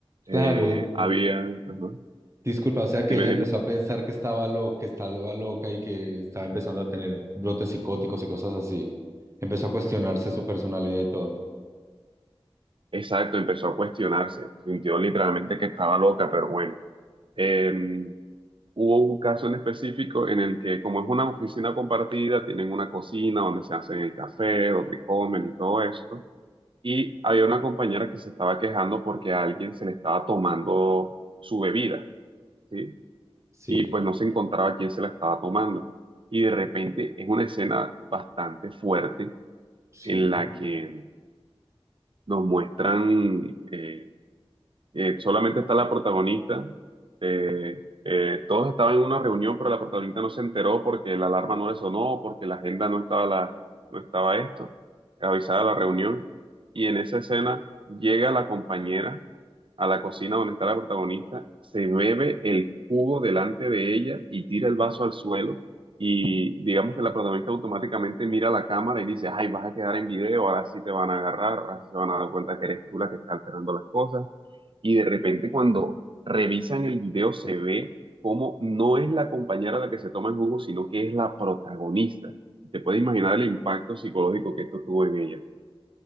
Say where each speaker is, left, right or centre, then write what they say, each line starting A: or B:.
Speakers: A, on the right; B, on the right.
A: eh,
B: Claro,
A: había... ajá.
B: disculpa, o sea que
A: Dime,
B: ella
A: dime.
B: empezó a pensar que estaba loca, que estaba loca y que estaba empezando a tener brotes psicóticos y cosas así. Empezó a cuestionarse su personalidad y todo.
A: Exacto, empezó a cuestionarse, sintió literalmente que estaba loca, pero bueno. Eh, hubo un caso en específico en el que, como es una oficina compartida, tienen una cocina donde se hacen el café, donde comen y todo esto. Y había una compañera que se estaba quejando porque a alguien se le estaba tomando su bebida, ¿sí?
B: Sí,
A: Y pues no se encontraba quién se la estaba tomando. Y de repente es una escena bastante fuerte
B: sí.
A: en la que nos muestran eh, Eh, solamente está la protagonista. eh, eh, todos estaban en una reunión, pero la protagonista no se enteró porque la alarma no le sonó, porque la agenda no estaba, la, no estaba esto, avisada la reunión. Y en esa escena llega la compañera a la cocina donde está la protagonista, se bebe el jugo delante de ella y tira el vaso al suelo. Y digamos que la protagonista automáticamente mira a la cámara y dice, ay, vas a quedar en video, ahora sí te van a agarrar, ahora sí se van a dar cuenta que eres tú la que está alterando las cosas y de repente cuando revisan el video se ve cómo no es la compañera la que se toma el jugo, sino que es la protagonista. Te puedes imaginar el impacto psicológico que esto tuvo en ella.